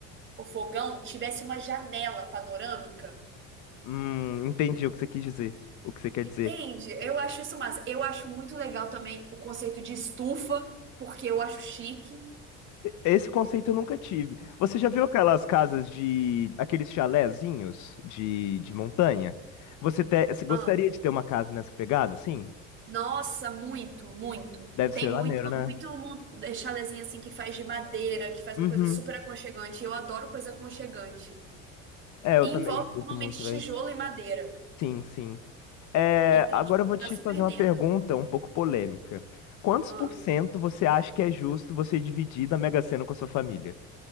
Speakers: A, on the right; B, on the left.
A: ao fogão, tivesse uma janela panorâmica.
B: Hum, entendi o que você quis dizer. O que você quer dizer.
A: Entende? Eu acho isso massa. Eu acho muito legal também o conceito de estufa, porque eu acho chique.
B: Esse conceito eu nunca tive. Você já viu aquelas casas de, aqueles chalézinhos de, de montanha? Você, te- você gostaria
A: Ah,
B: de ter uma casa nessa pegada? Sim.
A: nossa, muito, muito.
B: Deve ser
A: Tem
B: maneiro,
A: muito,
B: né?
A: muito mon- eh, chalezinho assim que faz de madeira, que faz
B: Uhum.
A: uma coisa super aconchegante. Eu adoro coisa aconchegante.
B: É, eu
A: E
B: também
A: envolve
B: curto
A: normalmente
B: muito,
A: tijolo
B: velho.
A: e madeira.
B: Sim, sim. É,
A: Então,
B: agora
A: tipo,
B: eu vou te
A: tá super
B: fazer uma
A: dentro.
B: pergunta um pouco polêmica. Quantos
A: Ah,
B: por cento você acha que é justo você dividir da Mega Sena com a sua família?